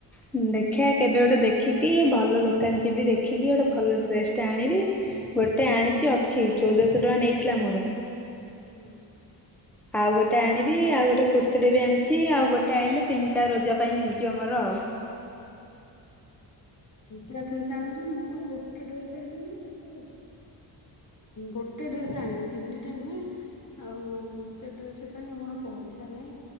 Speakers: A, in the centre; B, on the left (about 45°).
A: ଦେ ଦେଖା କେବେ ଗୋଟେ ଦେଖି କି ଭଲ ଦୋକାନ ଯିବି ଦେଖିକି ଗୋଟେ ଭଲ ଡ୍ରେସ ଟା ଆଣିବି ଗୋଟେ ଆଣିଛି ଅଛି ଚଉଦଶହ ଟଙ୍କା ନେଇଥିଲା ମୋର।
B: ହୁଁ
A: ଆଉ ଗୋଟେ ଆଣିବି ଆଉ ଗୋଟେ କୁର୍ତ୍ତୀ ଟଟେ ବି ଆଣିଛି ଆଉ ଗୋଟେ ଆଣିଲେ ତିନିଟା ରଜ ପାଇଁ ହେଇଛି ଆମର ଆଉ।
B: ଡ ଆଣୁଛ ମୋର ଗୋଟେ ଡେସ ଆଣିବି ଗୋଟେ ଡ୍ରେସ ଆଣିବି ତିନିଟା ନୁହେଁ ଆଉ ଏତେ ଡ୍ରେସ ପାଇଁ ଆମର ପଇସା ନାହିଁ